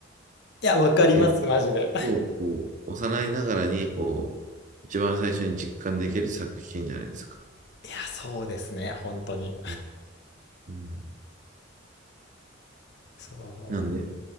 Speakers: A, on the left; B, on the right.
A: いや、わかります、
B: ていう
A: マジで。
B: のを、こう、幼いながらに、こう、一番最初に実感できる作品じゃないですか。
A: <laughs> いや、そうですね、本当に。
B: うん。うん
A: そ
B: なんで、